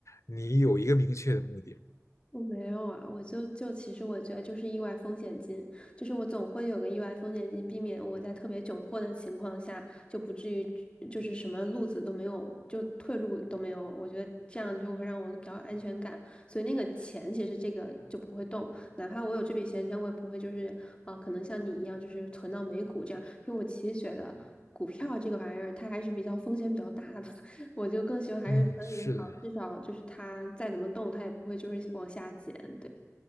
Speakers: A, on the left; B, on the left.
A: 你有一个明确的目的。
B: 我没有啊，我就就其实我觉得就是意外风险金，就是我总会有个意外风险金，避免我在特别窘迫的情况下就不至于就是什么路子都没有，就退路都没有。我觉得这样就会让我比较有安全感，所以那个钱其实这个就不会动，哪怕我有这笔闲钱，我也不会就是啊，可能像你一样就是存到美股这样，因为我其实觉得股票这个玩意儿它还是比较风险比较大的，我就更喜欢还是存银行，
A: 嗯，是的。
B: 至少就是它再怎么动，它也不会就是往下减。对。